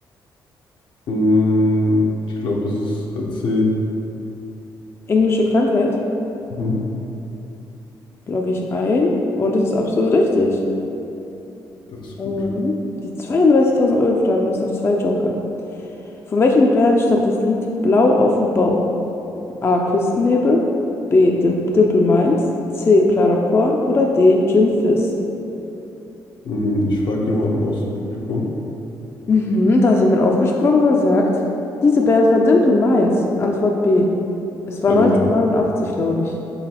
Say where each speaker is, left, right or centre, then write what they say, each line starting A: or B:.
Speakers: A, on the left; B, on the left.
A: Hm, ich glaube, es ist äh, C.
B: Englische Krankheit
A: Mhm.
B: logge ich ein und das ist absolut richtig.
A: Das ist
B: Ähm,
A: gut.
B: die 32.000 Euro Frage, du hast noch zwei Joker. Von welchem Band stammt das Lied Blau auf dem Bau? A. Küstennebel, B. Dim Dimple Minds, C. Clara Korn oder D. Gin Fizz.
A: Hm, ich frage jemanden aus dem Publikum.
B: Mhm, da ist jemand aufgesprungen und sagt, diese Band war Dimple Minds. Antwort B. Es war
A: Dann
B: 1989,
A: nehme ich,
B: glaube ich.